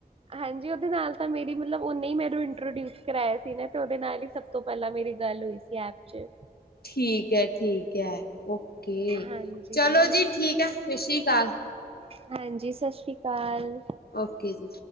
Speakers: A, on the right (about 35°); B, on the left (about 65°).
A: ਹਾਂਜੀ, ਓਦੇ ਨਾਲ ਤਾਂ ਮੇਰੀ ਮਤਲਬ ਓਨੇ ਮੈਨੂੰ ਇੰਟ੍ਰੋਡੂਸ ਕਰਾਇਆ ਸੀ ਨਾ ਤੇ ਓਦੇ ਨਾਲ ਹੀ ਸਭ ਤੋਂ ਪਹਿਲਾਂ ਮੇਰੀ ਗੱਲ ਹੋਈ ਸੀ ਐਪ 'ਚ।
B: ਠੀਕ ਹੈ। ਠੀਕ ਹੈ ਓਕੇ
A: ਹਾਂਜੀ
B: ਚਲੋ ਜੀ ਠੀਕ ਹੈ ਸਤਿ ਸ਼੍ਰੀ ਅਕਾਲ
A: ਹਾਂਜੀ ਸਤਿ ਸ਼੍ਰੀ ਅਕਾਲ
B: ਓਕੇ ਜੀ